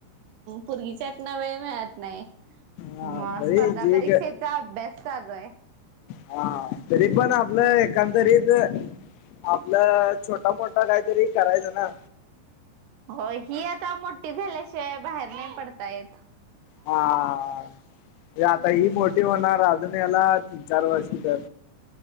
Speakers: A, on the right; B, on the left.
A: पूरगीच्यातन वेळ मिळत नाही.
B: हा
A: मग
B: तरी
A: स्पर्धा
B: जी
A: परीक्षेचा अभ्यास चालू आहे.
B: हा तरी पण आपलं, एकांदरीत आपलं‌ छोटा मोठा काहीतरी करायचं ना.
A: होय ही आता, मोठी झाल्याशिवाय बाहेर नाही पडता येत.
B: हा आता ही मोठी होणार अजून याला तीन चार वर्षी तर.